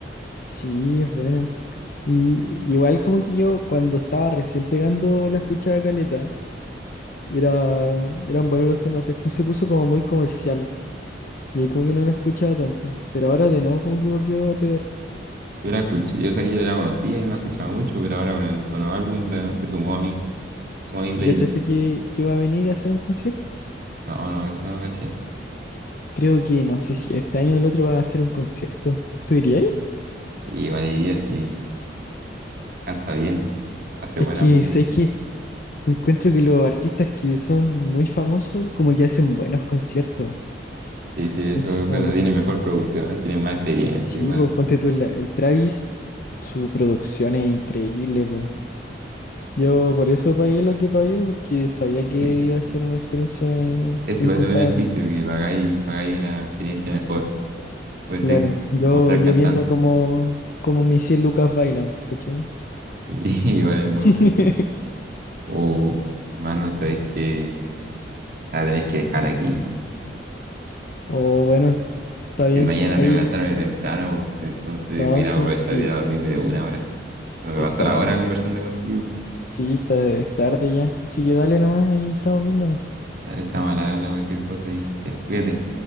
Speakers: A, on the left (about 50°); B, on the right (about 55°).
A: sí, es buena. Y igual como que yo cuando estaba recién pegando la escuchada caleta, era, eran buenos los temas. Después se puso como muy comercial y ahí como que no la escuchaba tanto. Pero ahora de nuevo como que volvió a pegar.
B: Yo la escuché, yo ayer la conocía y no la escuchaba mucho, pero ahora con el nuevo álbum la- se sumó a mí. Se sumó a mi playlist.
A: ¿Y cachaste que, que va a venir a hacer un concierto?
B: No, no, eso no lo caché.
A: Creo que no sé si este año o el otro va a hacer un concierto. ¿Tú dirías?
B: Y igual diría si canta bien, hace
A: Es
B: buena
A: que
B: música.
A: sabes que encuentro que los artistas que son muy famosos como que hacen buenos conciertos.
B: Sí, sí, eso
A: Entonces
B: es
A: como
B: verdad,
A: que
B: tiene mejor producción, tiene más experiencia
A: sí,
B: igual.
A: pues ponte tú la- el Travis, su producción es increíble, pues. Yo por eso pagué lo que pagué, porque sabía que
B: Sí,
A: iba a ser una experiencia in-
B: Es
A: incomparable.
B: igual de beneficio que pagáis, pagáis una experiencia mejor. Puede
A: Claro,
B: ser que,
A: yo,
B: como ser
A: yo
B: cantante.
A: viendo cómo, cómo mis 100 lucas bailan, ¿cachai?
B: <laughs> Y igual es un buen
A: <laughs>
B: punto. O, hermano, sabéis que la tenés que dejar aquí.
A: O bueno, está
B: Es
A: bien.
B: que mañana
A: Ahí,
B: tengo que levantarme temprano, po. entonces
A: no,
B: voy a ir
A: sí,
B: a aprovechar
A: sí,
B: de ir a dormirme de una hora. Se me
A: está,
B: pasó la hora
A: eh,
B: conversando contigo.
A: sí, está es tarde ya. Así que dale nomás, ahí estamos viéndonos.
B: Dale, Estamos a la habla, cualquier cosa y ya, cuídate.